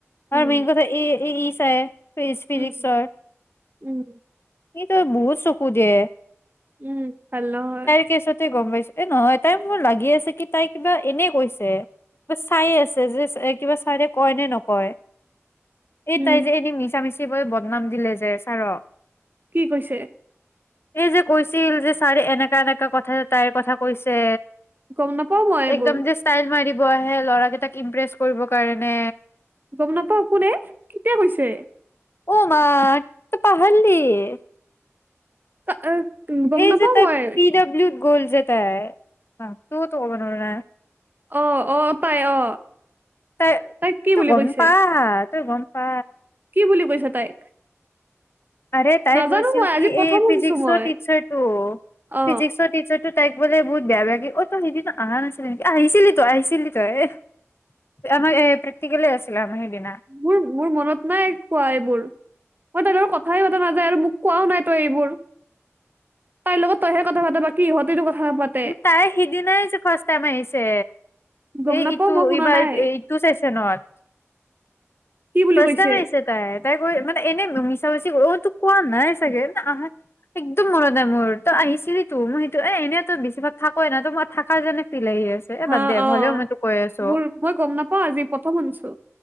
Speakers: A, on the right; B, on the left.
A: উম।
B: আৰু মেইন কথা এ ই চাই। ফিছ ফিজিকছৰ
A: উম। উম
B: সিঁতো বহুত চকু দিয়ে।
A: উম' ভাল নহয়।
B: পিছতে গম পাইছো এ নহয় তাই মোৰ লাগি আছে কি তাই কিবা এনেই কৈছে। কিবা চাইয়ে আছে যে কিবা ছাৰে কয় নে নকয়। এই
A: উম
B: তাই যে এনেই মিছা মিচি কৈ বদনাম দিলে যে ছাৰক।
A: কি কৈছে?
B: এই যে কৈছিল যে ছাৰে এনেকা এনেকা কথা যে তাইৰ কথা কৈছে।
A: গম নাপাও মই এইবোৰ
B: একদম যে ষ্টাইল মাৰিব আহে ল'ৰা গিটাক ইমপ্ৰেচ কৰিবৰ কাৰণে।
A: গম নাপাওঁ কোনে কেতিয়া কৈছে?
B: অ মা‌ ত‌ই পাহৰিলিয়ে।
A: কা- আহ, গম
B: এই
A: নাপাও
B: যে তাই
A: মই
B: পি ডব্লিউত গ'ল যে তায় তো ত বন না-
A: অ অ তাই অ
B: তই
A: তাইক কি
B: তই
A: বুলি
B: গম
A: কৈছে
B: পা তই গম- পা।
A: কি বুলি কৈছে তাইক?
B: আৰে তাই
A: নাজানো
B: কৈছিল
A: মই
B: কি?
A: আজি প্ৰথম
B: এই
A: শুনিছো
B: ফিজিক্সৰ
A: মই
B: টিচাৰ টো
A: অ
B: ফিজিক্সৰ টিচাৰটোত- তাইক বোলে বহুত বেয়া বেয়া কে অ তয় সেইদনা অহা নাছিলি নেকি আহিছিলি তয় আহিছিলি তয় এ- আমাৰ এই প্ৰেক্টিকেলে আছিলে আমাৰ সেইদিনা।
A: মোৰ মোৰ মনত নাই কোৱা এইবোৰ। মই তাইৰ লগত কথাই পতা নাযায় আৰু মোক কোৱাও নাই তই এইবোৰ। তাই লগত তইহে কথা পাত বাকি ইহঁতিতো কথা নাপাত-
B: তাই সিদিনাই যে ফাষ্ট টাইম আহিছে,
A: গম
B: এই
A: নাপাও
B: ইটো
A: মই শুনা
B: ইবাৰ
A: নাই
B: এই- টো চেচনত
A: কি বুলি
B: ফাষ্ট
A: কৈছে
B: টাইম আহিছে। তাই, তাই গৈ মানে এনেই মিছা মিছি অতো কোৱা নাই চাগে না আহা- একদম মনত নাই মোৰ তই আহিছিলি তো মই সেইটো এ এনেই- তয় বেছিভাগ থাকই নাই তো মই থাকা যেনে ফিল আহি আছে। এ
A: হা
B: বাদ দে
A: অ
B: হলেও মই তো কৈ আছো।
A: মোৰ মই গম নাপাওঁ আজি প্ৰথম শুনিছো।